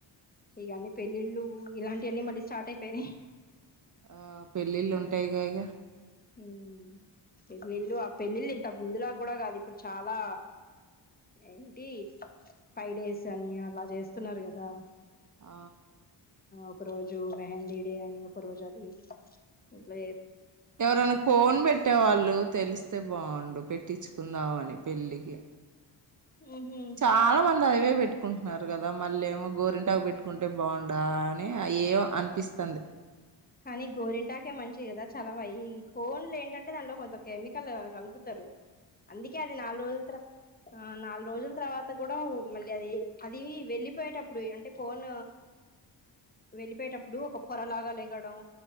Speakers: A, on the left; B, on the right.
A: ఇగ అన్ని పెళ్ళిళ్ళు ఇలాంటివన్నీ మళ్ళీ స్టార్ట్ అయిపోయినాయి
B: ఆ పెళ్ళిళ్ళు ఉంటాయి గ ఇగ
A: మ్మ్ పెళ్లిళ్ళు ఆ పెళ్ళిళ్ళు ఇంతకు ముందులా కూడా కాదు ఇప్పుడు చాలా ఏంటి ఫైవ్ డేస్ అని అలా చేస్తున్నారు కదా
B: ఆ
A: ఒక రోజు మెహందీ డే అని ఒక రోజ అది ఇట్ల
B: ఎవరైనా కోన్ బెట్టేవాళ్ళు తెలిస్తే బాగుండు పెట్టించుకుందామని పెళ్ళికి
A: ఉహు
B: చాలా మంది అదివే పెట్టు కట్కుంటున్నారు కదా మళ్ళ ఏమో గోరింటాకు పెట్టుకుంటే బాగుండా అని అ ఏ అనిపిస్తుంది
A: కానీ గోరింటాకే మంచిది కదా చలవా ఈ కోన్లు ఏంటంటే దాంట్లో కొంత కెమికల్ కలుపుతారు అందుకే అది నాలుగు రోజుల తర ఆ నాలుగు రోజుల తర్వాత కూడా మళ్ళీ అది అది వెళ్లిపోయేటప్పుడు అంటే కోన్ వెళ్ళిపోయేటప్పుడు ఒక పొర లాగా లేగడం